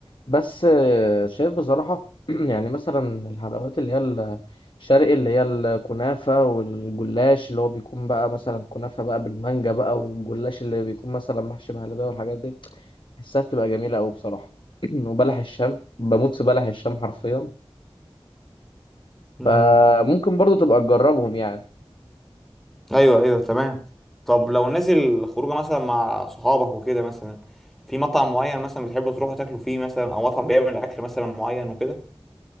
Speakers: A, on the left; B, in the centre.
A: بس آه، شايف بصراحه <clears throat> يعني مثلا الحلويات اللي هي الشرقي اللي هي الكنافه والجلاش اللي هو بيكون بقى مثلا كنافه بقى بالمانجا بقى والجلاش اللي بيكون مثلا محشي بهلبيه والحاجات دي حسها بتبقى جميلة أوي بصراحة <clears throat> وبلح الشام بموت في بلح الشام حرفيا
B: امم
A: فممكن برضو تبقى تجربهم يعني
B: ايوه ايوه تمام طب لو نازل خروجه مثلا مع صحابك وكده مثلا في مطعم معين مثلا بتحبوا تروحوا تاكلوا فيه مثلا او مطعم بيعمل اكل مثلا معين وكده